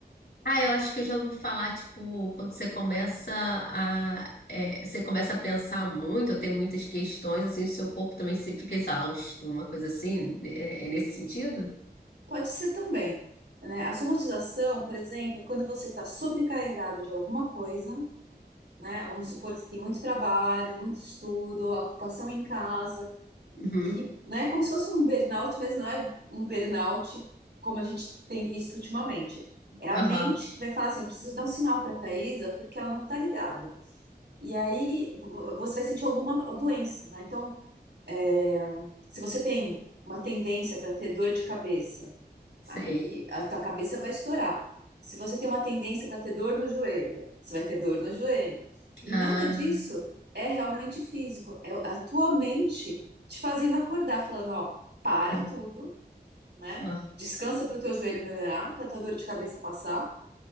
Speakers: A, on the left; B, on the right.
A: Ah, eu acho que eu já ouvi falar, tipo, quando você começa a, é, você começa a pensar muito, a ter muitas questões, assim, o seu corpo também se- fica exausto, uma coisa assim, né, é, é nesse sentido?
B: Pode ser também, né? A somatização, por exemplo, é quando você está sobrecarregado de alguma coisa né? Vamos supor que tem muito trabalho, muito estudo, ocupação em casa, e,
A: Uhum,
B: e, né, como se fosse um burnout, mas não é um burnout como a gente tem visto ultimamente. É a
A: aham,
B: mente que vai falar assim, eu preciso dar um sinal para a Thaisa porque ela não está ligada. E aí vo- você vai sentir alguma doença, né? Então, é, se você tem uma tendência para ter dor de cabeça,
A: sei.
B: Aí a tua cabeça vai estourar. Se você tem uma tendência para ter dor no joelho, você vai ter dor no joelho. E
A: Ah,
B: nada disso é realmente físico, é a tua mente te fazendo acordar, falando, ó, para
A: hum,
B: tudo, né?
A: ó,
B: Descansa para o teu joelho melhorar, para a tua dor de cabeça passar,